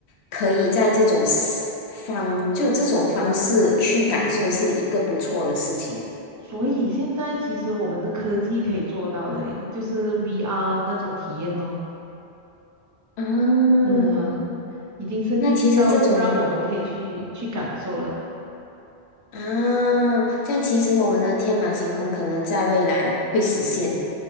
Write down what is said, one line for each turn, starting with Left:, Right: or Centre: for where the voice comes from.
Left: 可以在这种 s- 方就这种方式去感受是一个不错的事情
Right: 嗯，所以现在其实我们的科技可以做到了，耶，就是 VR 那种体验哦，
Left: 啊。
Right: 嗯，已经设计到让我们可以去去感受了，
Left: 那其实这种。啊，这样其实我们的天马行空可能在未来会实现。